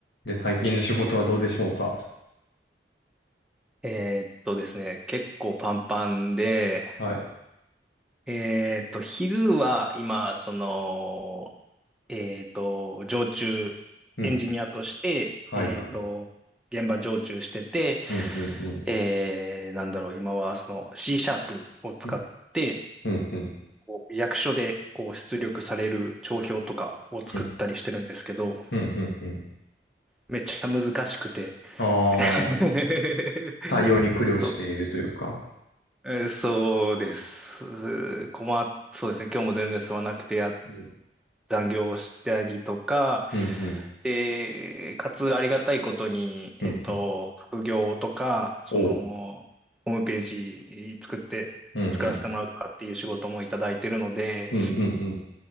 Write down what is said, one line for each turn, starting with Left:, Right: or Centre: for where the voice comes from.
Left: で、最近の仕事はどうでしょうか
Centre: えーっとですね、結構パンパンで、
Left: はい。
Centre: えーっと、昼は今、その、えーっと、常駐、
Left: うん。
Centre: エンジニアとして、
Left: はいはい。
Centre: えーっと、現場常駐してて、
Left: うん、うん、うん。
Centre: えー、なんだろう、今はその C シャープを使って、
Left: うん、うん、うん。
Centre: こう役所でこう出力される帳票とかを作ったりしてるんですけど、
Left: うん、うん、うん。うん
Centre: めっちゃ難しくて。
Left: ああ、
Centre: <laughs>
Left: 対応に苦慮しているというか。
Centre: そうえーそうです。うー困っ、そうですね。今日も全然進まなくてや、
Left: うん、
Centre: 残業をしたりとか、
Left: うん、うん、
Centre: で、かつありがたいことに、えっと、
Left: うん。うん
Centre: 副業とか、その、
Left: おう。
Centre: ホームページ作って、
Left: うん、
Centre: 作らせてもらうとかっていう仕事もいただいてるので、
Left: うん、うん、うん、うん。